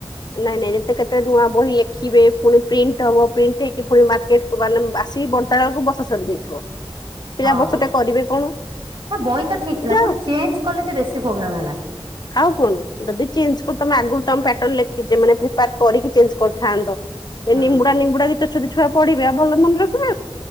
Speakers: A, on the left; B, on the right.
A: ନାଇଁ ନାଇଁ ଯେତେ କେତେ ନୂଆ ବହିି ଲେଖିବେ ଫୁଣି ପ୍ରିଣ୍ଟ ହବ ପ୍ରିଣ୍ଟ ହେଇକି ପୁଣି ମାର୍କେଟ <unintelligible> ଆସିକି ବଣ୍ଟା ହେବାକୁ ବସ ସରି ଯାଇଥିବ। ପିଲା
B: ହଁ
A: ବର୍ଷଟେ
B: ନା
A: କରିବେ କଣ?
B: ବହି ତ ଠିକ ଥିଲା
A: ଯାଅ
B: ପୁଣି ଚେଞ୍ଜ କଲେ ଯେ ବେଶୀ ପ୍ରୋବ୍ଲେମ ହେଲା।
A: ଆଉ କଣ ଯଦି ଚେଞ୍ଜ ତମେ ଆଗରୁ ତମେ ପାଟର୍ନ ଲେଖି ମାନେ ପ୍ରିପାର କରିକି ଚେଞ୍ଜ କରିଥାନ୍ତ। ଏ
B: ହୁଁ
A: ନିମୁଡ଼ା ନିମୁଡ଼ା ଗୀତ ଛୋଟଛୁଆ ପଢିବେ ଆ ଭଲମନେ ରଖିବେ।